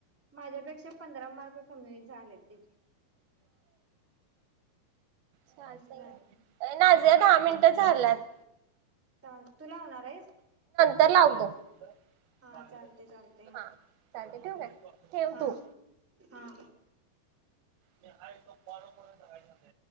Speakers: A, in the centre; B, on the right.
A: माझ्यापेक्षा पंधरा मार्क कमी झाले तीचे ़
B: चालत
A: असं झालंय.
B: ए एनाझने दहा मिनटं झालेत-
A: थाबं तु लावनार आहेस-
B: तर लावतो-
A: हा
B: हा
A: चालते चालते
B: चालत ठेऊ काय ठेव
A: हा
B: तु-
A: हा.
B: मी हाय हीत पार भरायला सांगतय-